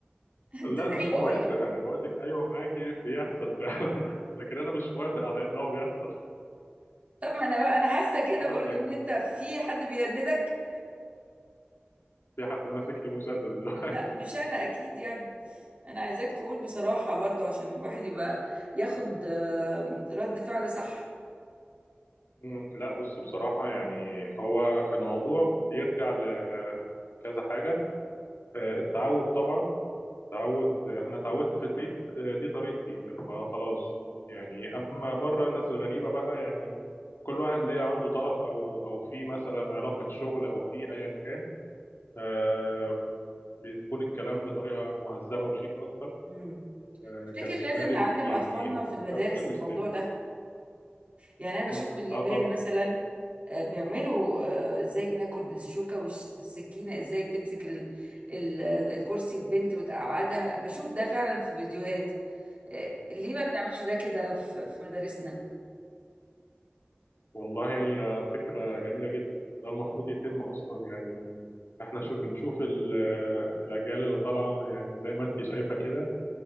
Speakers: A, on the right; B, on the left.
A: <laughs> أنت
B: لا
A: أيوة
B: انا مش موافق
A: قول لي.
B: انا بقول لك ايوه معاكي بيحصل فعلا <laughs> لكن انا مش موافق على ان هو بيحصل
A: طب ما أنا بقى أنا حاسة كده
B: آه،
A: برضو
B: يعني
A: إن أنت في حد بيهددك
B: في حد ماسك لي مسدس دلوقتي
A: لا مش انا اكيد يعني انا عايزاك تقول بصراحة برضو عشان الواحد يبقى ياخد آه، رد فعل صح
B: مم، لا بص بصراحة يعني هو الموضوع بيرجع ل- لكذا حاجة آه، التعود طبعا التعود آه، أنا اتعودت في البيت آه، دي طريقتي فخلاص يعني أما بره الناس الغريبة بقى يعني كل واحد ليه عنده طلب أو أو في مثلا علاقة شغل أو في أيا كان آه، بيكون الكلام بطريقة مهذبة وشيك أكتر
A: امم
B: آه،
A: تفتكر لازم
B: كذلك
A: نعلم
B: يعني
A: اطفالنا في المدارس
B: الراجل والست
A: الموضوع ده يعني انا
B: مم،
A: بشوف في اليابان
B: اه طبعا
A: مثلا آه، بيعملوا آه، ازاي ناكل بالشوكة والسكينة ازاي تمسك ال- ال- الكرسي البنت وتقعدها بشوف ده فعلا في فيديوهات آه، ليه ما بنعملش ده كده في في مدارسنا
B: والله هي فكرة جميلة جدا ده المفروض يتم أصلا يعني احنا شو بنشوف ال- الأجيال اللي طالعة يعني زي ما انت شايفة كده